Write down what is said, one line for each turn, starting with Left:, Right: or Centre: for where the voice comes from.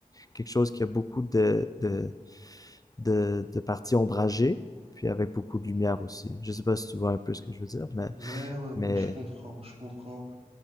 Left: quelque chose qui a beaucoup de, de, de, de parties ombragées, puis avec beaucoup de lumière aussi. Je sais pas si tu vois un peu ce que je veux dire, mais,
Right: Ouais, ouais, ouais,
Left: mais
Right: je comprends, je comprends.